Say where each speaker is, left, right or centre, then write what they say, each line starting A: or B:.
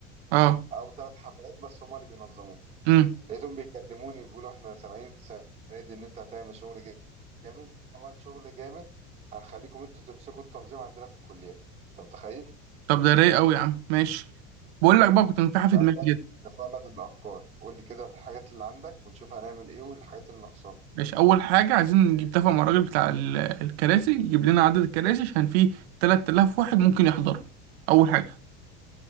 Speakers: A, on the right (about 80°); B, on the right (about 20°).
A: اه
B: أو تلات حفلات بس هما اللي بينظموه
A: امم
B: لقيتهم بيكلموني بيقولوا إحنا سامعين السنة دي إن أنت هتعمل شغل جا- جامد عمل شغل جامد هنخليكم أنتوا تمسكوا التنظيم عندنا في الكليات أنت متخيل؟
A: طب ده رايق قوي يا عم ماشي بقول لك بقى كنت متاحة في
B: تعالى
A: دماغي
B: بقى
A: كده
B: نفند الأفكار قول لي كده الحاجات اللي عندك ونشوف هنعمل إيه والحاجات اللي ناقصانا
A: ماشي اول حاجه عايزين نجيب تفق مع الراجل بتاع ال- الكراسي يجيب لنا عدد الكراسي عشان فيه 3000 واحد ممكن يحضروا اول حاجه